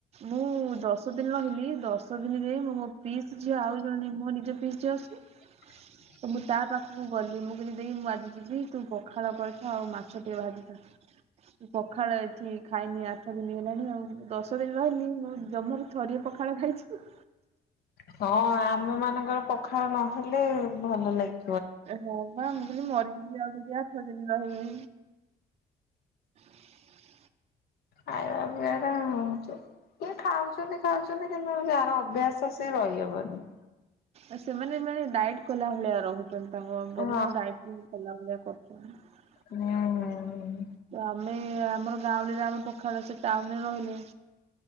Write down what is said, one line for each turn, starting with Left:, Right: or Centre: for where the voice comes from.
Right: ମୁଁ ଦଶ ଦିନ ରହିଲି, ଦଶ ଦିନରେ ମୁଁ ମୋ ପିସ୍ ଝିଅ ଆଉ ଜଣେ ମୋ ନିଜ ପିସ୍ ଝିଅ ଅଛି
Left: <unintelligible>
Right: ତ ମୁଁ ତା ପାଖକୁ ଗଲି, ମୁଁ କହିଲି ଦେଇ ମୁଁ ଆଜି ଯିବି, ତୁ ପଖାଳ କରିଥା ଆଉ ମାଛ ଟିକେ ଭାଜିଥା। ପଖାଳ ଏଠି ଖାଇନି ଆଠ ଦିନ ହେଲାଣି ଆଉ, ଦଶ ଦିନ ରହିଲି ମୁଁ ଜମାରୁ ଥରିଏ ପଖାଳ ଖାଇଛି।
Left: ହଁ ଆମ ମାନଙ୍କର ପଖାଳ ନହେଲେ ଭଲ ଲାଗେ
Right: ହଁ ବା, ମୁଁ କହିଲି ମରିଯିବି ଆଉ ଯଦି ଆଠ ଦିନ ରହିବି। <unintelligible>
Left: ଖାଇବା ପିଇବା ଟା ହ କିଏ ଖାଉଛନ୍ତି, ଖାଉଛନ୍ତି, କି ଯ ଅଭ୍ୟାସ ସେ ରହିହବନି।
Right: ଆ ସେମାନେ ମାନେ ଡାଇଟ୍ କଲା ଭଳିଆ ରହୁଛନ୍ତି। ତାଙ୍କ ବଡି
Left: ହଁ
Right: ତାକୁ ଡାଏଟ୍ କଲା ଭଳିଆ କରୁଛନ୍ତି।
Left: ହୁଁ।
Right: ଆମେ ଆମର ଗାଁଉଲି ରେ ଆମେ ପଖାଳ, ସେ ଟାଉନରେ ରହିଲେ